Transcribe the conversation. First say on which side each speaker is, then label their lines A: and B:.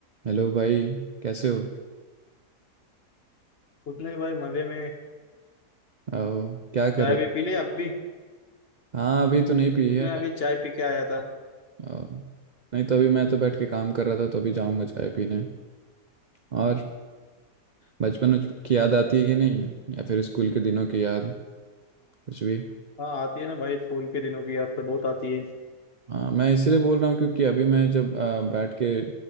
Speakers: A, on the right; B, on the left.
A: Hello भाई कैसे हो
B: कुछ नहीं भाई मजे में
A: आओ, क्या कर
B: चाय
A: रहे
B: भी पी ली अभी
A: हाँ अभी तो नहीं पी
B: कुछ
A: है
B: नहीं अभी चाय पी के आया था
A: आओ, नहीं तो अभी मैं तो बैठ के काम कर रहा था तो अभी जाऊंगा चाय पीने और बचपन उच- की याद आती है कि नहीं या फिर स्कूल के दिनों की याद कुछ भी
B: हाँ आती है ना भाई स्कूल के दिनों की याद तो बहुत आती है
A: हाँ मैं इसीलिए बोल रहा हूँ क्योंकि अभी मैं जब अ, बैठ के